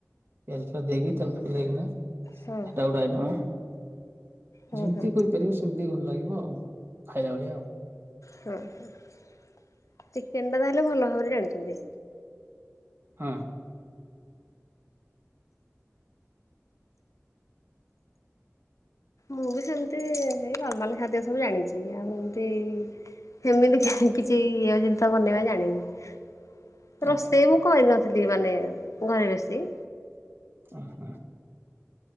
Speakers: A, on the right; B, on the left.
A: ଏଲ ଫେ ଦେଇକି ତେଲ ଫେ ଦେଇକିନା ସେଟା
B: ହଁ
A: ଗୋଟେ ଆଇଟମ।
B: ହଁ
A: ଯେମତି
B: ହଁ
A: କରିପାରିବ ସେମିତି ଭଲ ଲାଗିବ ଆଉ ଖାଇଲା ଭଳିଆ ଆଉ।
B: ହୁଁ ଚିକେନ ଟା ତାହେଲେ ଭଲ ଭାବରେ ଜାଣିଚନ୍ତି।
A: ହଁ।
B: ମୁଁ ବି ସେମିତି ସେଇ ନର୍ମାଲ ଖାଦ୍ୟ ସବୁ ଜାଣିଚି। ଆଉ ଏମତି କେମିତି କାହିଁ କିଛି ଇଅ ଜିନିଷ ବନେଇବା ଜାଣିନି। ରୋଷେଇ
A: ଆଚ୍ଛା
B: ମୁଁ କରିନଥିଲି ମାନେ ଘରେ ବେଶୀ।
A: ଆ ହାଁ।